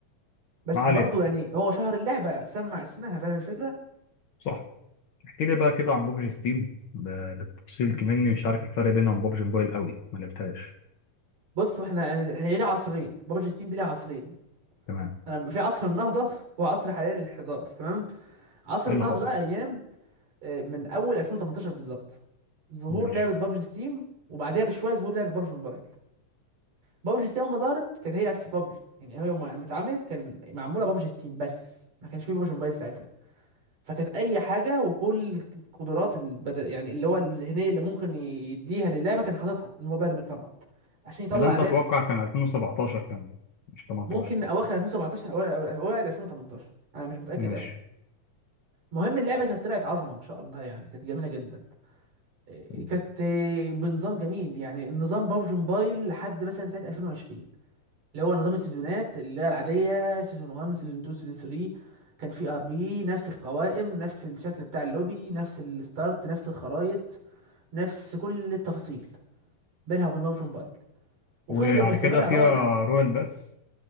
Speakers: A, on the right; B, on the left.
A: بس
B: ما علينا
A: برضو يعني هو شهر اللعبه سمع اسمها فاهم الفكره
B: صح احكي لي بقى كده عن بوبجي ستيم ب- بالتفصيل كمني مش عارف الفرق بينها وبين بوبجي موبايل قوي ما لعبتهاش
A: بص احنا يعني احنا ليه عصرين بابجي ستيم دي ليها عصرين
B: تمام
A: انا في عصر النهضه وعصر حاليا الانحدار تمام عصر
B: ايه
A: النهضه
B: اللي حصل
A: ده ايام آه، من اول 2018 بالظبط ظهور
B: ماشي
A: لعبه بابجي ستيم وبعدها بشويه ظهور لعبه بابجي موبايل بابجي ستيم اول ما ظهرت كانت هي اساس بابجي يعني هي يوم ما اتعملت كان معموله بابجي ستيم بس ما كانش في بابجي موبايل ساعتها فكانت اي حاجه وكل القدرات البد... يعني اللي هو الذهنيه اللي ممكن يديها للعبه كان حاططها المبرمج طبعا عشان يطلع
B: الكلام
A: لعبه
B: ده اتوقع كان 2017 كمان مش 18
A: ممكن اواخر 2017 اوائل اوائل 2018 انا مش متاكد
B: ماشي
A: قوي المهم اللعبه كانت طلعت عظمه ما شاء الله يعني كانت جميله جدا إيه،
B: مم.
A: كانت إيه، بنظام جميل يعني النظام بابجي موبايل لحد مثلا سنه 2020 اللي هو نظام السيزونات اللي هي العادية سيزون 1 سيزون 2 سيزون 3 كان في ار بي نفس القوائم نفس الشكل بتاع اللوبي نفس الستارت نفس الخرايط نفس كل التفاصيل بينها وبين بابجي موبايل وفضلت
B: وعلى
A: مستمرة
B: كده
A: على
B: فيها
A: الوضع ده
B: رويال بس